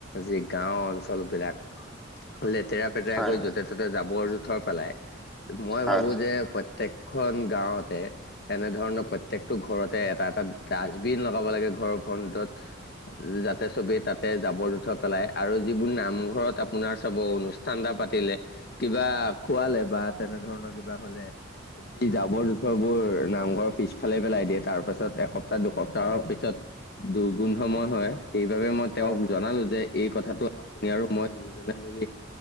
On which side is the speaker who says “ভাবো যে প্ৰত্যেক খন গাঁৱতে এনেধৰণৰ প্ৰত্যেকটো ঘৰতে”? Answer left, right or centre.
Left